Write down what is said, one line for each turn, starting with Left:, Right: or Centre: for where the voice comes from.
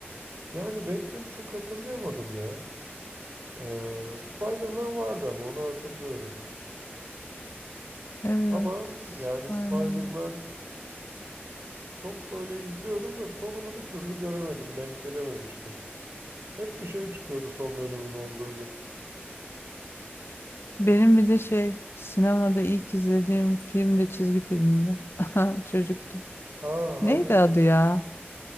Right: Yani Batman'i çok hatırlayamadım ya. Ee, Spider-Man vardı ama onu hatırlıyorum.
Left: Evet.
Right: Ama yani
Left: Aynen.
Right: Spider-Man Çok böyle izliyordum da sonunu bir türlü göremedim, denk gelememiştim. Hep bir şey çıkıyordu son bölümün olduğu gün.
Left: Benim bir de şey sinemada ilk izlediğim film de çizgi filmdi. <laughs> Çocuktum.
Right: Aa
Left: Neydi
Right: hangisiydi?
Left: adı ya?